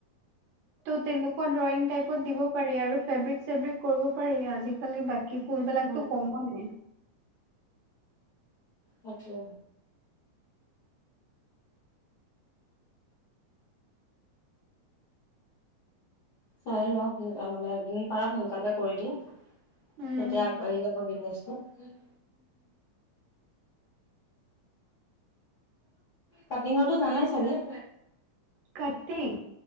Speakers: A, on the right; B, on the left.
A: ত' তেনেকুৱা ড্ৰয়িং টাইপত দিব পাৰি আৰু। ফেব্ৰিক-চেব্ৰিক কৰিব পাৰি আজিকালি বাকী। ফুলবিলাকটো
B: উম
A: কমনেই।
B: তাকে। চাই লোৱা সোন, মানে যিমান পাৰা সোনকালে কৰি দিয়া। তেতিয়া
A: উম,
B: আগবাঢ়ি যাব <unintelligible> কাটিঙৰটো জানাই চাগে।
A: কাটিং,